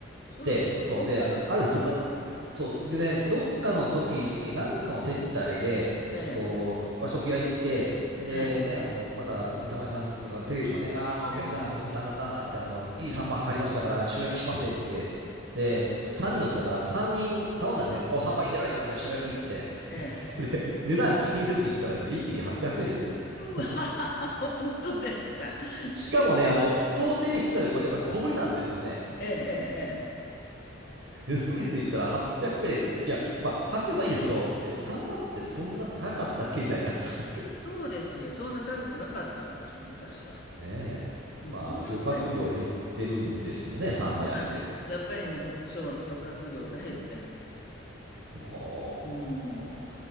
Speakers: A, on the left; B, on the right.
A: そう、
B: で、そう、
A: そんな、
B: で、ある日、どっか、そう、でね、どっかの時に、なんかの接待で、えっと、
A: ええ、
B: 和食屋行って、ほんでね、
A: はい。
B: あの、また、板前さん方、店主がね、あの、お客さん、
A: ええ、
B: お客さん、旦那、旦那って、あの、いいサンマ入りましたから、塩焼きしますねって、で、3人乗ったから、3人頼んだんですね。お、サンマいいじゃないか、じゃあ塩焼きっつって。
A: ええ。
B: <laughs> で、値段気にせずに行ったらですね、1匹800円ですね。
A: うわ、
B: <laughs> もう
A: <laughs> 本当ですか。
B: しかもね、
A: すごい。
B: あの、想定してたよりも、やっぱり小ぶりなんですよね。
A: ええ、ええ、ええ。
B: 値段見ずに言ったら800円、いや、まあ、800円はいいんですけど、え、サンマってそんな高かったっけみたいな。<laughs>
A: そうですよ。そんな高くなかったんです、昔は。
B: ねえ。
A: もうとんでもない。
B: まあ、漁獲量減ってるんですよね、サンマやって。
A: そうなんです。やっぱりね、こうそう、漁獲量が減ってるんです。
B: も
A: うーん。